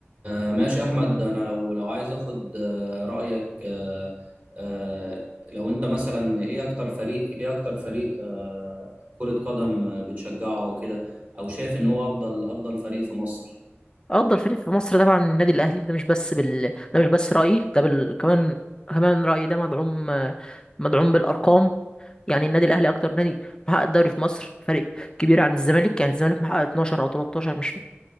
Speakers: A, on the right (about 35°); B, on the left (about 20°).
A: آه، ماشي يا احمد انا لو لو عايز اخد آه، رايك آه، آه، لو انت مثلا ايه اكتر فريق ايه اكتر فريق آه، كرة قدم آه، بتشجعه وكده او شايف ان هو افضل افضل فريق في مصر
B: افضل فريق في مصر طبعا النادي الاهلي ده مش بس بال... ده مش بس رايي ده بال... كمان كمان رايي ده مدعوم مدعوم بالارقام يعني النادي الاهلي اكتر نادي محقق الدوري في مصر فريق كبير عن الزمالك يعني الزمالك محقق 12 او 13 مش